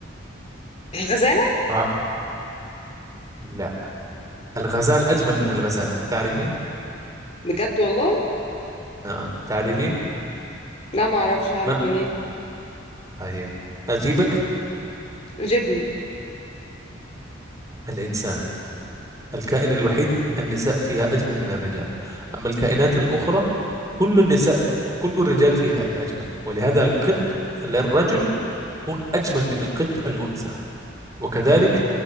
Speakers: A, on the left (about 35°); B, on the right (about 20°).
A: الغزالة
B: آه. لا الغزال أجمل من الغزالة تعرفين؟
A: بجد والله
B: نعم تعرفين؟
A: لا ما اعرفش اعرف
B: ما
A: منين
B: طيب أجيبك
A: جبني
B: الإنسان الكائن الوحيد النساء فيها أجمل من الرجال أما الكائنات الأخرى كل النساء كل الرجال فيها أجمل ولهذا القط للرجل يكون أجمل من القط الأنثى وكذلك